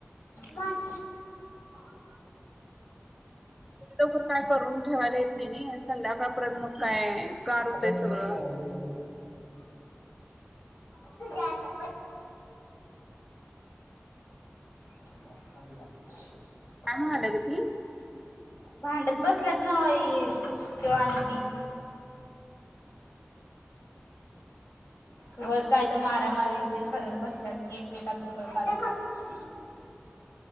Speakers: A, on the left; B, in the centre.
A: हम्म <inaudible>
B: लवकर काय करून ठेवायला येत नाही नी संध्याकाळपर्यंत मग काय गार होतंय
A: आता <unintelligible> लागलय
B: सगळं
A: की <inaudible> <unintelligible>
B: काय म्हणाल्या गं ती?
A: भांडत बसल्यात नव्ह ही तो आणि ती. उगच काय तं मारामारी तेन करत बसल्यात एकमेकाचं कळ काढत.